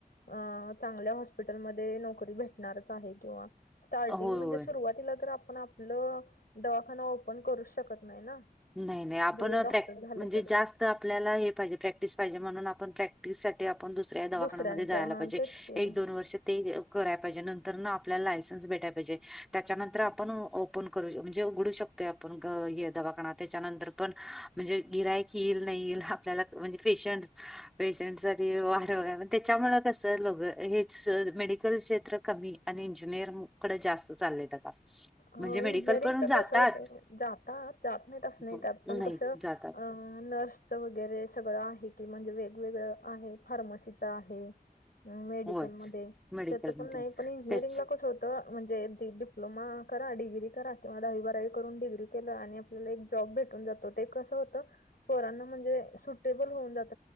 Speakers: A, on the left; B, in the centre.
A: अ चांगल्या हॉस्पिटलमध्ये नोकरी भेटणार आहे किंवा स्टिंग
B: होय
A: म्हणजे
B: होय
A: असं. सुरवातीला तर आपण आपलं दवाखाना ओपन करू शकत नाही ना.
B: नाही नाही आपण
A: जरी
B: प्रॅक्टि
A: डॉक्टर झाले
B: म्हणजे
A: तरी
B: जास्त आपल्याला हे पाहिजे प्रॅक्टिस पाहिजे म्हणून आपण प्रॅक्टिससाठी. ते दुसऱ्या दवाखान्यामध्ये
A: दुसऱ्यांच्या हा
B: पाजे
A: तेच की
B: एक दोन वर्ष. ते हे कराय पाहिजे नंतर आपल्याला लायसन्स भेटाय पाहिजे त्याच्यानंतर आपण ओपन करू म्हणजे उघडू शकतो. ते आपण ग ये दवाखानात. त्याच्यानंतर पण म्हणजे गिरायक येईल नाहील आपल्याला म्हणजे पेशंट. पेशंट सा वार त्याच्यामु कस लो हेच मेडिकल क्षेत्र कमी. आणि इंजिनिअरकडे जास्त चाललेत आता. म्हणजे
A: हो
B: मेडिकल
A: इंजिनिअरिंगच
B: पण जातात
A: कसत जाता जात नाही तसं नाही
B: प-
A: त्यात
B: नाही
A: पण कसं अ.
B: जातात.
A: नर्सच वगैरे सगळं आहे कि म्हणजे वेगवेगळं आहे फार्मसीच आहे. मग मेडिकल
B: होय
A: मध्ये
B: मेडिकलमध्ये
A: त्याचं पण नाही पण इंजिनिअरिंगला
B: तेच
A: कसं होतं म्हणजे डी डिप्लोमा. करा डिग्री करा किंवा दहावी बारावी करून डिग्री केलं आणि आपल्याला एक जॉब भेटून जातो ते कसं होतं. पोरांना म्हणजे सुटेबल होऊन जात.